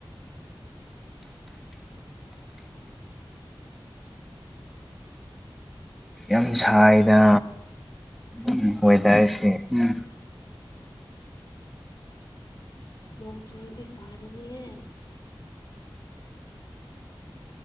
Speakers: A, in the centre; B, on the left.
A: ꯌꯥꯝ ꯁꯥꯏꯗꯥ ꯎꯝ ꯋꯦꯗꯔꯁꯦ ꯎꯝ ꯫
B: ꯅꯣꯡ ꯆꯨꯔꯗꯤ ꯐꯥꯔꯅꯤꯌꯦ ꯫